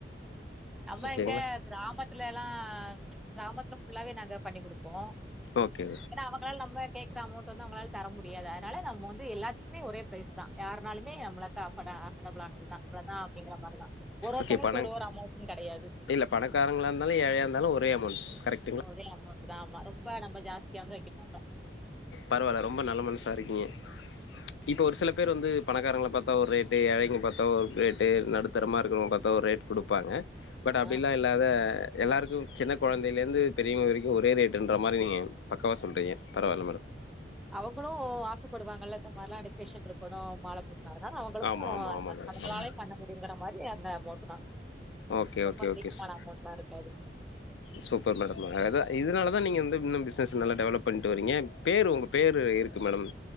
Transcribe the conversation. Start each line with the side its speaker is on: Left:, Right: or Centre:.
Centre: ஆமா
Left: ஓகேங்களா
Centre: இங்க கிராமத்துலலா கிராமத்துல ஃபுல்லாவே நாங்க பண்ணி குடுப்போ
Left: ஓகே
Centre: ஏனா அவங்களால நம்ப கேக்ற அமௌண்ட் வந்து அவுங்ளால தர முடியாது அதனால நம்ம வந்து எல்லாத்துக்குமே ஒரே ப்ரரைஸ் தா யார்னாலுமே நம்ளுக்கு அஃபடா அஃபர்டபுளானதுதா இவளதா அப்டிங்கிற மாரிதா ஒருஒருத்தங்களுக்கு
Left: ஓகே பணம்
Centre: ஒரு ஒரு அமௌண்டு கெடயாது
Left: இல்ல பணக்காரங்களா இருந்தாலு ஏழையாயிருந்தாலு ஒரே அமௌண்ட் கரெக்ட்
Centre: ஓரே அமௌன்ட் தா ஆமா ரொம்ப நம்ம ஜாஸ்தியா வந்து வெக்க மாட்டோ
Left: பரவால்ல ரொம்ப நல்ல மனசா இருக்கீங்க இப்ப ஒரு சில பேர் வந்து பணக்காரங்கள பார்த்தா ஒரு ரேட் இதே ஏழைங்க பாத்த ஒரு ரேட்டு நடுத்தரமா இருக்குறவங்கள பாத்தா ஒரு ரேட் குடுப்பாங்க பட்
Centre: ஆ
Left: அப்டிலா இல் லாத எல்லாருக்கு சின்ன கொழந்தைல இருந்து பெரியவ்க வரைக்கு ஒரே ரேட்டுன்ற மாரி நீங்க பக்காவா சொல்றீங்க பரவால்ல மேடம்.
Centre: அவுங்களு ஆசைப்படுவாங்களல்ல இந்த மார்லா டெக்கரேஷன் இரு க்கணு மாலை போடுனதுனால அவுங்களுக்கு
Left: ஆமா, ஆமா, ஆமா மேடம்.
Centre: அவுங்களாலையு
Left: ஆமா.
Centre: பண்ண முடியுங்கிற மாரி அந்த அமோன்ட்டு தா
Left: ஓகே,
Centre: ரொம்ப
Left: ஓகே,
Centre: அதிகமான
Left: ஓகே. சு
Centre: அமௌண்ட்ல்லா இருக்காது
Left: சூப்பர் மேடம் அதா இதனாலதான் நீங்க வந்து இன்னு பிசினஸ் நல்லா டெவலப் பண்ட்டு வரீங்க பேரு உங்க பேரு இருக்கு மேடம்